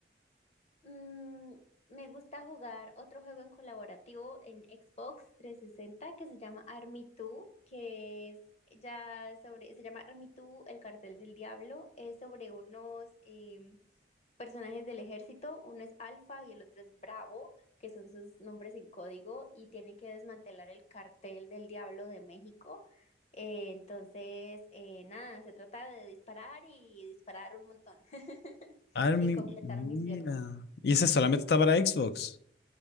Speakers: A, on the left; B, on the left.
A: Mm, me gusta jugar otro juego en colaborativo en Xbox 360 que se llama Army 2, que es ya sobre, se llama Army 2, el cartel del diablo, es sobre unos... em, personajes del ejército, uno es Alfa y el otro es Bravo, que son sus nombres en código, y tienen que desmantelar el cartel del Diablo de México. Eh, entonces, eh, nada, se trata de disparar y disparar un montón <laughs>
B: Army,
A: y completar
B: mira.
A: misiones.
B: ¿Y ese solamente está para Xbox?